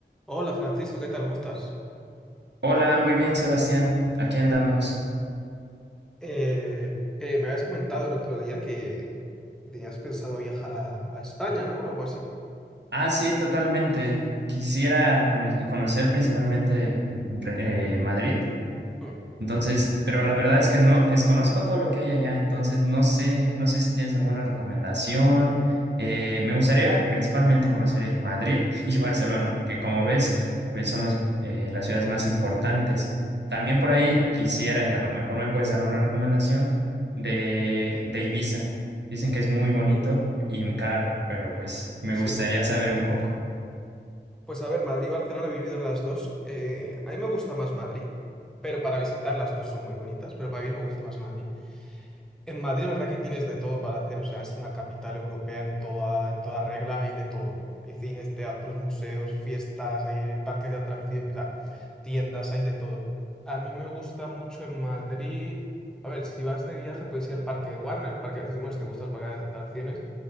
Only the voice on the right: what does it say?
Hola, muy bien, Sebastián. Aquí andamos.
Ah, sí, totalmente. Quisiera cono- conocer principalmente mm, re- eh, Madrid.
Entonces, pero la verdad es que no desconozco todo lo que hay allá, entonces no sé, no sé si tienes alguna recomendación. Eh, me gustaría principalmente conocer eh, Madrid <laughs> y Barcelona, que como ves, pues son los, eh, las ciudades más importantes. También por ahí quisiera, y a lo mejor me puedes dar una recomendación de, de Ibiza. Dicen que es muy bonito
y caro, pero pues me
gustaría saber un poco.